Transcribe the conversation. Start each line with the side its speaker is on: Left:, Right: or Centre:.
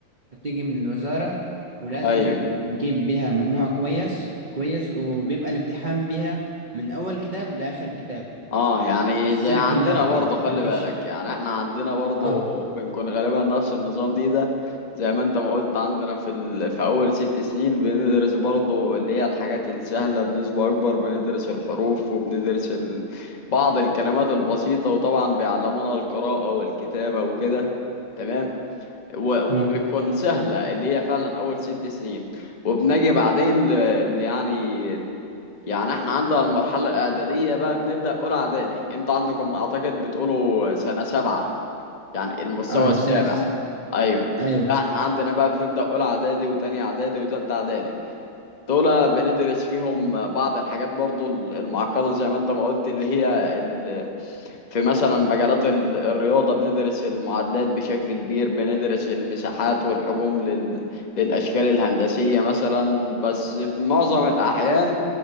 Right: بتيجي من الوزارة ولازم
Left: ايوه
Right: نجيب بيها مجموع كويس كويس وبيبقى الامتحان بيها من أول كتاب لآخر كتاب
Left: اه يعني
Right: السنة
Left: زي عندنا
Right: كلها يعني
Left: برضه
Right: ما
Left: خلي
Right: فيش
Left: بالك يعني احنا عندنا برضه
Right: اه
Left: بنكون غالبا نفس النظام دي ده زي ما انت ما قلت عندنا في ال... في اول ست سنين بندرس برضه اللي هي الحاجات السهلة بنسبة اكبر بندرس الحروف وبندرس ال... بعض الكلمات البسيطة وطبعا بيعلمونا القراءة والكتابة وكده تمام و... وبتكون
Right: مم.
Left: سهلة اللي هي فعلا اول ست سنين وبنجي بعدين ل... يعني يعني احنا عندنا المرحلة الإعدادية بقى بنبدأ أولى إعدادي انت عندكم أعتقد بتقولوا سنة سبعة يعني المستوى
Right: اه السنة
Left: السابع
Right: السنة
Left: أيوه
Right: أيوه
Left: لا احنا عندنا بقى بنبدأ أولى إعدادي وتانية إعدادي وتالتة إعدادي دول بندرس فيهم بعض الحاجات برضو المعقدة زي ما انت ما قلت اللي هي ال... في مثلا مجالات ال- الرياضة بندرس المعادلات بشكل كبير بندرس المساحات والحجوم لل... للأشكال الهندسية مثلا بس في معظم الأحيان